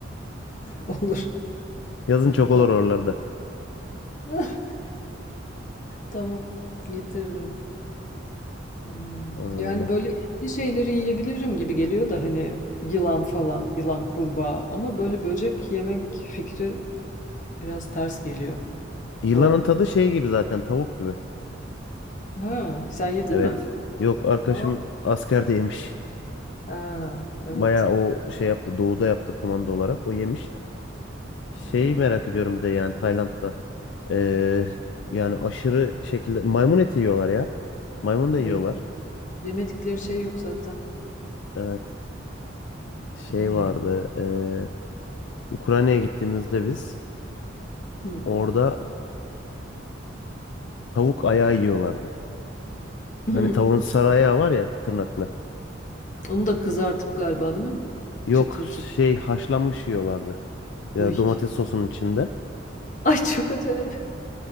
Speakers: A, on the left (about 40°); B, on the left (about 65°).
A: <laughs> Olur.
B: Yazın çok
A: Tamam.
B: olur oralarda.
A: <laughs> Tamam. Getiririm. Hmm,
B: Öyle.
A: Yani böyle etli şeyleri yiyebilirim gibi geliyor da hani yılan falan, yılan kurbağa ama böyle böcek yemek fikri biraz ters geliyor.
B: Yılanın
A: O
B: tadı şey gibi zaten tavuk gibi.
A: ha sen yedin
B: Evet.
A: mi?
B: Yok arkadaşım
A: Aa,
B: askerde yemiş.
A: ha, evet
B: Bayağı o şey yaptı. Doğuda yaptı komando olarak. O yemiş. Şeyi
A: diyor.
B: merak ediyorum bir de yani Tayland'da. Ee, yani aşırı şekilde maymun eti yiyorlar ya. Maymun da
A: Ay,
B: yiyorlar.
A: evet. yemedikleri şey yok zaten.
B: Evet. Şey
A: Ay.
B: vardı. ee, Ukrayna'ya gittiğimizde biz
A: Hmm.
B: orada tavuk ayağı yiyorlardı.
A: <laughs>
B: Hani tavuğun sarı ayağı var ya tırnaklı.
A: Onu da kızartıp galiba değil mi?
B: Yok
A: Çıtır çıtır.
B: şey haşlanmış yiyorlardı. Ya
A: Ay,
B: domates sosunun içinde.
A: <laughs> Ay çok acayip.